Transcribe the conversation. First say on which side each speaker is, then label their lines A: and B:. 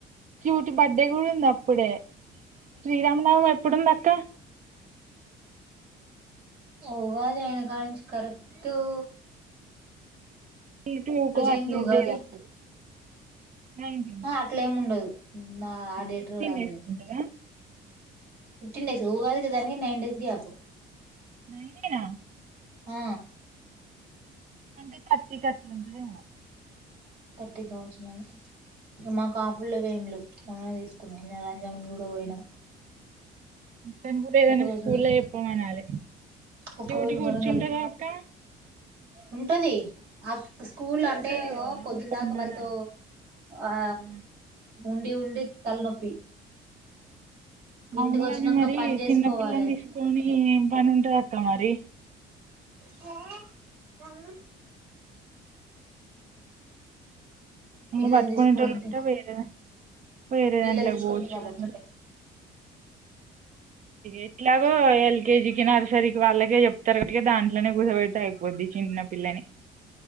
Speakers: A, on the right (about 50°); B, on the right (about 65°).
A: క్యూటి బర్డే కూడా ఉంది. అప్పుడే శ్రీరామనవమి ఎప్పుడుంది అక్క
B: ఉగాది అయిన కాణించి కరెక్ట్ ఉ
A: కూటీ ఎందుకో అట్లు
B: అయింది ఉగాది
A: ఉండేది అప్పుడు నైన్టీన్
B: ఆ అట్లే ఏమి ఉండదు నా ఆ డేట్
A: ఫిఫ్టీన్
B: లో రాధులే
A: చేసుకుంటరా
B: ఫిఫ్టీన్ డేస్ ఊగాదికి దానికి నైన్ డేస్ గ్యాప్
A: నైన్ఎ నా
B: ఆ
A: అంటే తట్టికట్లుంటదేమో
B: తట్టిక్ కావచ్చు మరి ఇగ మాక్ ఆఫ్ల్ లేవ్ ఏం లెవ్ మనమే తీస్కుందాం. <inaudible> <unintelligible> గుడా పోయినా
A: అక్కను గుడా ఏదన్న
B: ఒక రోజు
A: స్కూల్ల చెప్పుమనాలే
B: ఒక్క
A: క్యూటీ
B: రోజు
A: కూర్చింటదా
B: వరంగల్
A: అక్కా
B: ఉంటది. అ స్కూల్ అంటే
A: ఉంటది
B: ఇగో
A: కదా
B: పొద్దున్దాక
A: పొమ్మనాలి
B: వాళ్ళతో ఆ
A: ఉమ్.
B: ఉండి ఉండి తలనొప్పి ఇంటికి
A: అవును
B: వచ్చినంక
A: గాని మరి
B: పని చేసుకోవాలే
A: చిన్నపిల్లన్ తీస్కోని ఏం పన్ ఉంటదక్క మరి
B: హ అ పిల్లల్ని
A: పట్టుకొనేటోల్
B: తీసుకోనింటే
A: ఉంటే వేరే వేరే
B: పిల్లల్ని
A: దాంట్లోకి
B: తీసుకుంటే
A: పోవచ్చు
B: అది
A: కానీ
B: ఒక్కటే
A: ఎట్లాగ ఎల్ కేజికి నార సరికి వాళ్ళకే చెప్తరు. వట్టిగ దాంట్లనే కూసో పెడ్తే అయిపోద్ది చిన్నపిల్లని